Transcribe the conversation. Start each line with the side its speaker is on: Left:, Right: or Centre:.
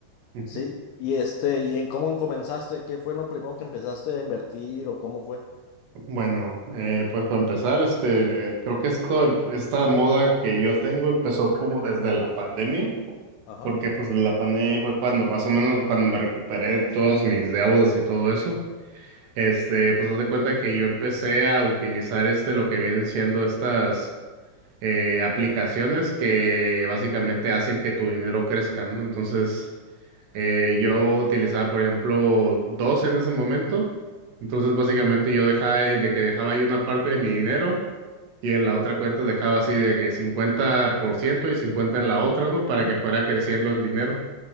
Right: Ujú.
Left: Sí. Y este, ¿y en cómo comenzaste? ¿Qué fue lo primero que empezaste a invertir o cómo fue?
Right: Bueno, eh, pues para empezar, este, creo que esto, esta moda que yo tengo empezó como desde la pandemia,
Left: Ajá.
Right: porque pues la pandemia fue cuando más o menos cuando me recuperé de todas mis deudas y todo eso. Este, pues haz de cuenta que yo empecé a utilizar este, lo que vienen siendo estas eh, aplicaciones que básicamente hacen que tu dinero crezca, ¿no? Entonces, eh, yo utilizaba, por ejemplo, dos en ese momento. Entonces, básicamente yo dejaba, ahí- de que dejaba ahí una parte de mi dinero y en la otra cuenta dejaba así de que 50% y 50 en la otra, ¿no? Para
Left: Ujú.
Right: que fuera creciendo el dinero.